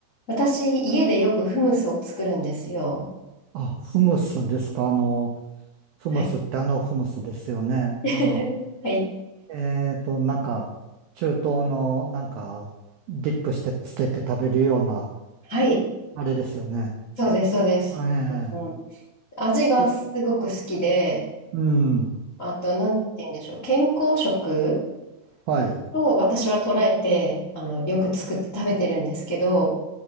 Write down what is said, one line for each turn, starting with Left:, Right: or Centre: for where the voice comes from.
Left: 私、家でよくフムスを作るんですよ。
Right: あ、フムスですか。あの、フムスってあのフムスですよね。
Left: はい。<laughs>
Right: あの、
Left: はい。
Right: えっと、なんか、中東の、なんか、ディップしてつけて食べるような、
Left: はい。
Right: あれですよね。
Left: そうです、そうです。
Right: え
Left: うん
Right: え
Left: 味がすごく好きで、
Right: ううん。
Left: あと、なんて言うんでしょう。健康食
Right: はい。
Left: を私は捉えて、あの、よく作って食べてるんですけど、